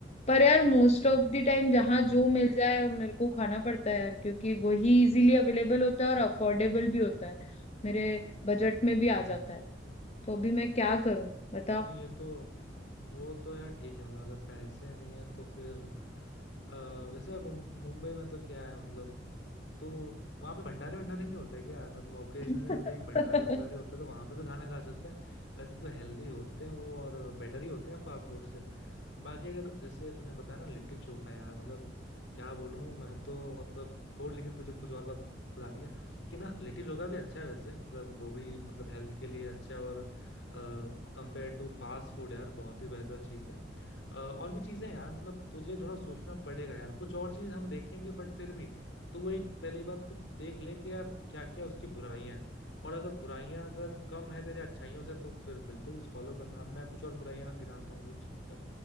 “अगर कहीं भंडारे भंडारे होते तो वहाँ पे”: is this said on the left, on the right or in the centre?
Left